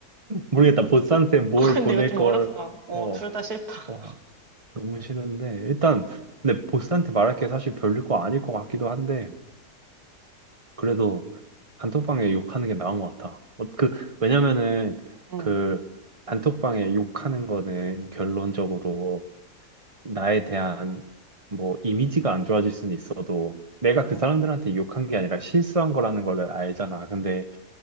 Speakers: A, on the right; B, on the right.
A: 모르겠다. 보스한테 뭘
B: 아, 근데
A: 보낼
B: 이거 좀
A: 걸,
B: 어렵다. 어,
A: 어,
B: 둘 다 싫다.
A: 어, 너무 싫은데 일단 근데 보스한테 말할 게 사실 별일 거 아닐 것 같기도 한데 그래도 단톡방에 욕하는 게 나은 것 같아. 어, 그 왜냐면은
B: 응,
A: 그 단톡방에 욕하는 거는 결론적으로 나에 대한 뭐 이미지가 안 좋아질 수는 있어도 내가
B: 응,
A: 그 사람들한테 욕한 게 아니라 실수한 거라는 거를 알잖아. 근데